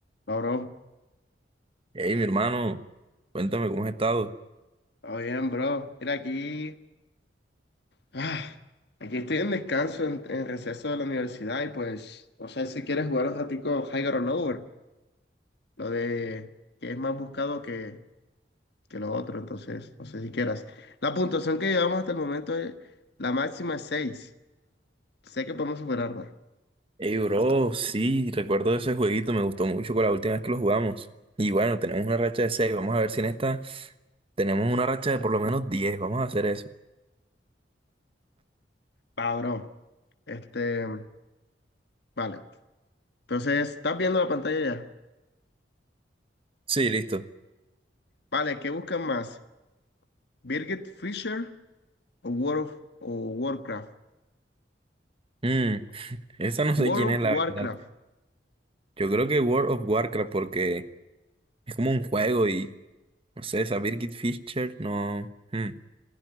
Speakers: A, on the left; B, on the right.
A: Va, bro.
B: Hey, mi hermano, cuéntame cómo has estado.
A: Está bien, bro. Mira, aquí. ah, aquí estoy en descanso, en, en receso de la universidad. Y pues, no sé si quieres jugar un ratico Higher or Lower. Lo de que es más buscado que, que lo otro. Entonces, no sé si quieras. La puntuación que llevamos hasta el momento es. La máxima es seis. Sé que podemos superarla.
B: Hey, bro, sí, recuerdo ese jueguito, me gustó mucho con la última vez que lo jugamos. Y bueno, tenemos una racha de 6, vamos a ver si en esta tenemos una racha de por lo menos diez, vamos a hacer eso.
A: Va, bro. Este. Vale. Entonces, ¿estás viendo la pantalla ya?
B: Sí, listo.
A: Vale, ¿qué buscan más? ¿Birgit Fisher o World of, o Warcraft?
B: Mm, esa no sé
A: World
B: quién es la
A: of Warcraft.
B: verdad. Yo creo que World of Warcraft porque es como un juego y, no sé, esa Birgit Fischer, no... mm,